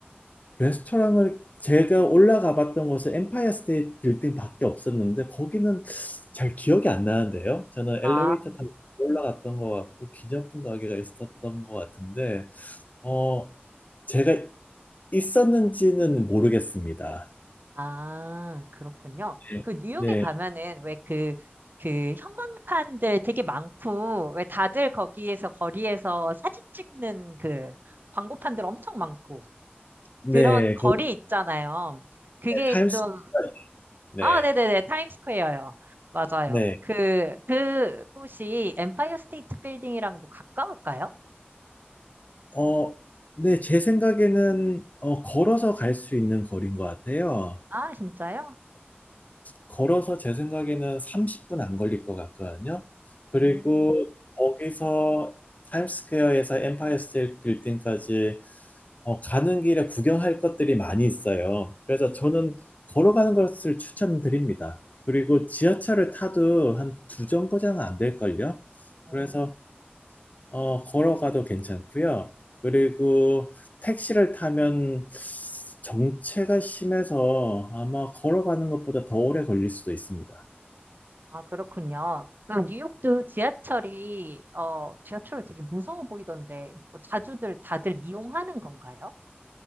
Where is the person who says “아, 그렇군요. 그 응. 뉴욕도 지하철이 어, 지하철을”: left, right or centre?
Right